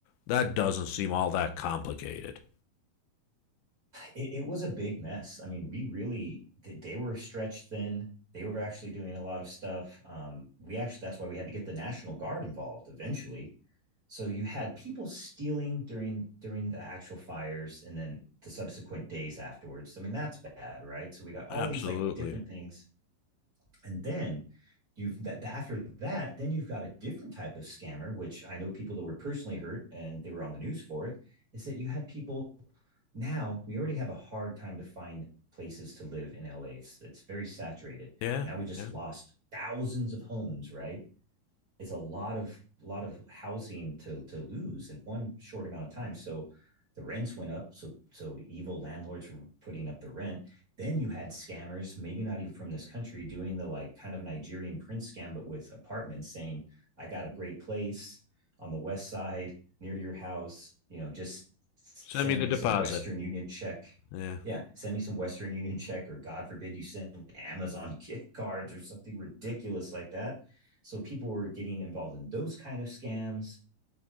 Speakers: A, on the left (about 80°); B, on the right (about 25°).
A: that doesn't seem all that complicated.
B: it, it was a big mess. I mean, we really they, were stretched thin. They were actually doing a lot of stuff. Um, we actually that's why we had to get the National Guard involved eventually. So you had people stealing during during the actual fires and then the subsequent days afterwards. I mean, that's bad, right? So we got all
A: Absolutely.
B: these like different things and then you've that after that, then you've got a different type of scammer, which I know people that were personally hurt and they were on the news for it, is that you had people now we already have a hard time to find places to live in LA. It's it's very saturated.
A: Yeah,
B: Now we just
A: yeah.
B: lost thousands of homes, right? it's a lot of lot of housing to to lose in one short amount of time. So the rents went up. So so evil landlords were putting up the rent. Then you had scammers, maybe not even from this country, doing the like kind of Nigerian prince scam, but with apartments saying, I got a great place on the west side near your house. You know, just send
A: Send me the
B: me
A: deposit.
B: some Western Union check.
A: Yeah.
B: Yeah, send me some Western Union check, or God forbid you send Amazon <laughs> gift cards or something ridiculous like that so people were getting involved in those kind of scams.